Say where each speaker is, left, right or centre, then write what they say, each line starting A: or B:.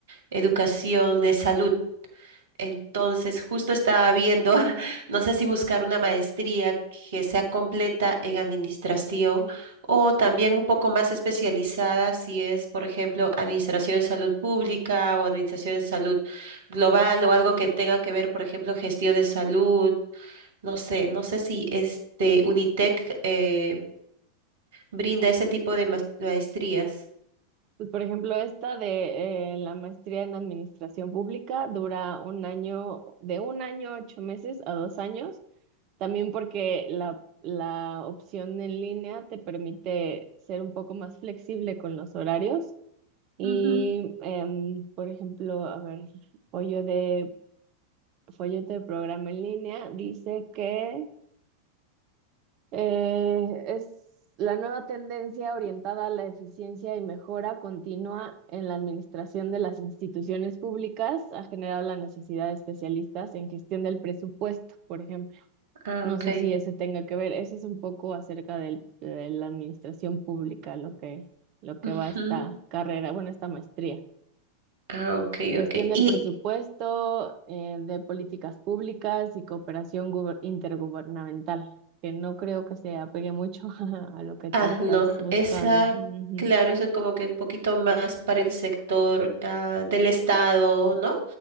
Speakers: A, on the right; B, on the right.
A: educación, de salud. Entonces, justo estaba viendo, <laughs> no sé si buscar una maestría que sea completa en administración o también un poco más especializada si es, por ejemplo, administración en salud pública o administración en salud global o algo que tenga que ver, por ejemplo, gestión de salud. No sé, no sé si este Unitec eh, brinda ese tipo de mas- maestrías.
B: Pues, por ejemplo, esta de eh, la maestría en administración pública dura un año, de un año, ocho meses a dos años, también porque la, la opción en línea te permite ser un poco más flexible con los horarios. Y,
A: Ujú.
B: em, por ejemplo, a ver, follo de, folleto de programa en línea dice que eh, es la nueva tendencia orientada a la eficiencia y mejora continua en la administración de las instituciones públicas ha generado la necesidad de especialistas en gestión del presupuesto, por ejemplo.
A: Ah,
B: No
A: ok.
B: sé si ese tenga que ver. Eso es un poco acerca del- de la administración pública, lo que, lo que
A: Ujú.
B: va esta carrera, bueno, esta maestría.
A: Ah, ok,
B: Gestión
A: ok.
B: del
A: Y
B: presupuesto, eh, de políticas públicas y cooperación guber- intergubernamental, que no creo que se apegue mucho <laughs> a, lo que tú
A: Ah,
B: estás
A: no,
B: buscando.
A: esa,
B: Ujú.
A: claro, eso es como que un poquito más para el sector ah, del Estado, ¿no?